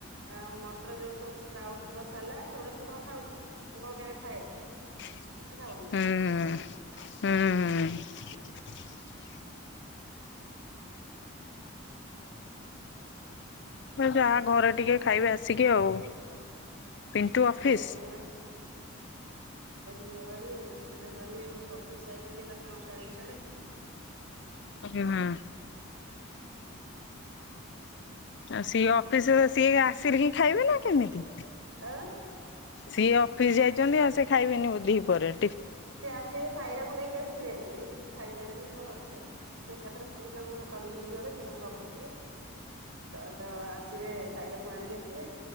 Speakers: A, on the right; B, on the left.
A: ଆ ମଟର ଯୋଉ ସବୁ ସ୍କ୍ରାଉଟ ସାଲାଡ ସେଗୁଡା ସିଏ କଣ ଖାଉଛି। ସିଏ କଣ କେବେ ଖାଏ।
B: <inaudible>
A: କିଛି ଖାଉନି ସେ।
B: ହୁଁ ହୁଁ। <inaudible>
A: <inaudible>
B: ଯାହା ଘରେ ଟିକେ ଖାଇବେ ଆସିକି ଆଉ। ପିଣ୍ଟୁ
A: କିଛି
B: ଅଫିସ
A: ଲେଟ୍ ହେବା। ଏଠୁ ଗଲେଣି ରୋଷେଇଟା ସାରିବ୍ ସେ ଅଫିସ୍ ଯାଇଛନ୍ତି ଏକାଥରେ ତାଙ୍କୁ ଛଡିକି ସିଆଡେ।
B: ହୁଁ ହୁଁ। ଆଉ ସିଏ ଅଫିସରୁ ସିଏ ଆସିଲେ ହିଁ ଖାଇବେ ନା କେମିତି।
A: ଆଁ।
B: ସିଏ ଅଫିସ ଯାଇଛନ୍ତି ଆଉ ସେ ଖାଇବେନି ଦିହି ପହରେ।
A: ସିଏ ଆସିବେ ସାଇରାକୁ ନେଇକି ଆସିବେ। ନାଇଁ ତ କିଛି ଖାଇ ଯାଇନାହାନ୍ତି ତାଙ୍କର ଅଫିସ ରେ ସିଏ ଏକାଥରେ ସ୍କୁଲ ତାଙ୍କୁ ସକାଳୁ ନେଇକି ଗଲେ ତାଙ୍କର ଅଫିସ ଯିବେ। ତ ତ ଆସିବେ ସାଇରାକୁ ଆଣିକି ଆସିବେ।